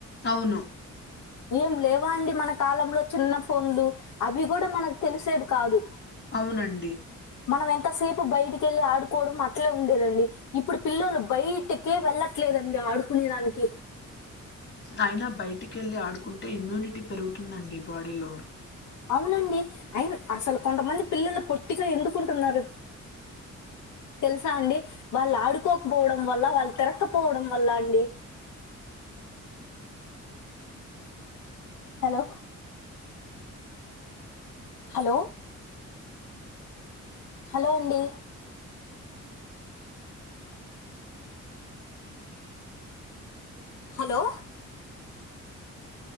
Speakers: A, on the left; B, on the left.
A: అవును
B: ఏం లేవా అండి మన కాలంలో చిన్న ఫోన్లు అవి గూడ మనకు తెలిసేది కాదు
A: అవునండి
B: మనం ఎంతసేపు బయటికి ఎళ్ళి ఆడుకోవడం అట్లే ఉండేదండి ఇప్పుడు పిల్లోలు బయటి కీ వెళ్లట్లేదండి ఆడుకునే దానికి
A: అయినా బయటికి ఎళ్ళి ఆడుకుంటే ఇమ్యూనిటీ పెరుగుతుందండి బాడీలో
B: అవునండి అయిన అసలు కొంతమంది పిల్లలు పొట్టిగా ఎందుకుంటున్నారు తెలుసా అండి వాళ్ళు ఆడుకోక్పోవడం వల్ల వాళ్ తిరక్కపోవడం వల్ల అండి హలో హలో హలో అండి హలో